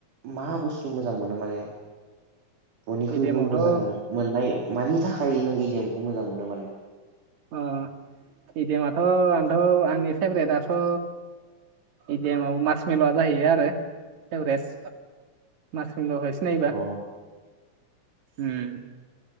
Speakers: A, on the right (about 80°); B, on the right (about 65°).
A: मा बुस्थु मोजां मोनो माने बयनिख्रुइबो
B: इडिएमावथ'
A: मोजां मोननाय मानि थाखाय नों इडेमखौ मोजां मोनो माने
B: अ इडामाथ' आंथ' आंनि फेभरेटआथ' इदियामाव मार्स मिल' जाहैयो आरो एभारेस् मार्स मिल' नायबा
A: अ
B: उम